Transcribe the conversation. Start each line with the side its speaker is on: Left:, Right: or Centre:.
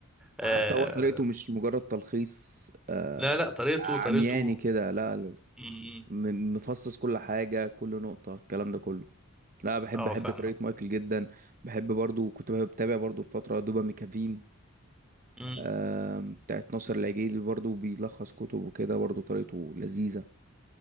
Centre: آه
Right: حتى هو طريقته مش مجرد تلخيص آه
Centre: لا لا طريقته
Right: عمياني
Centre: طريقته
Right: كده لا لا
Centre: م- م.
Right: م- مفصص كل حاجة كل نقطة الكلام ده كله لا بحب
Centre: اه
Right: بحب
Centre: فاهمه
Right: طريقة مايكل جدا بحب برضو كنت بحب- بتابع برضو الفترة دوبا ميكافين
Centre: م.
Right: آم، بتاعت ناصر العجيلي برضو بيلخص كتب وكده برضو طريقته لذيذة